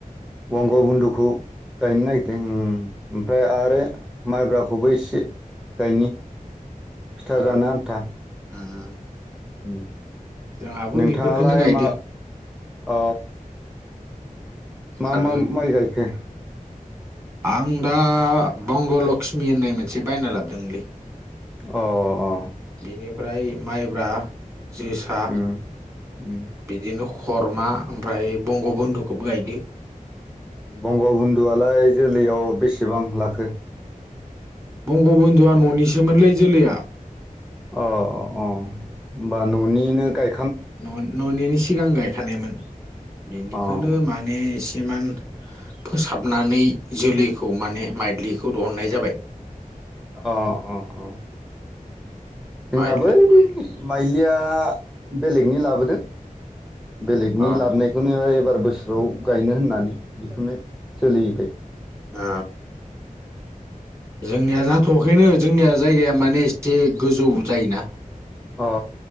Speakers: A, in the centre; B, on the right.
A: बंग बन्दुखौ गायनो नागिरदों । ओमफ्राय आरो माइब्राखौबो एसे गायनि
B: ओ
A: फिथा जानो आन्था
B: उम
A: उम
B: जोंहाबो
A: नोंथाङालाय
B: बेफोरखोनो गायदो
A: मा अ मा
B: आरो
A: मा माइ गायखो
B: आं दा बंग' लक्ष्मि होननाय मोनसे बायना लाबोदोंलै
A: अ अ
B: बेनिफ्राय माइब्रा जोसा
A: उम उम
B: बिदिनो खरमा ओमफ्राय बंग बन्धुखौबो गायदो
A: बंगबन्धुआलाय जोलैयाव बेसेबां लाखो
B: बंग बधुआ न'निसोमोनलै जोलैया
A: अ अ अ होमबा न'निनो गाय
B: न न'निनो‌ सिगां गाय खानायमोन बिनिखोनो
A: अ
B: माने जेमान फोसाबनानै जोलैखौ माने माइलिखौ दहुननाय जाबाय
A: अ अ अ जोंना
B: माइदलि
A: बै माइलिया बेलेगनि लाबोदो बेलेगनि
B: अ
A: लाबनायखौनो ओइ एबार बोसोराव गायनो होननानै बेखौनो सोलिहोबाय
B: अ जोंनिया जा थआखैनो जोंनिया जायगाया माने एसे गोजौ जायोना
A: अ